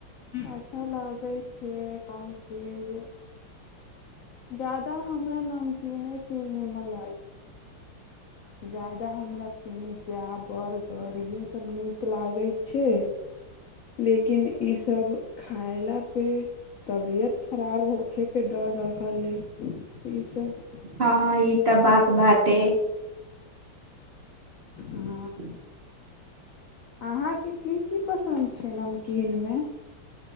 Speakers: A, on the left (about 80°); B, on the right (about 45°).
A: अच्छा लागै छै कम चीज ज्यादा हमरा नमकीने ची निीमल अछि ज्यादा हमरा पिज्जा बर्गर इएहसभ नीक लागै छै लेकिन इसभ खायलापे तबियत खराब होखयके डर रहल अइ ईसभ
B: हँ ई तऽ बात बाते
A: हँ
B: ह
A: अहाँके की की पसन्द छै नमकीनमे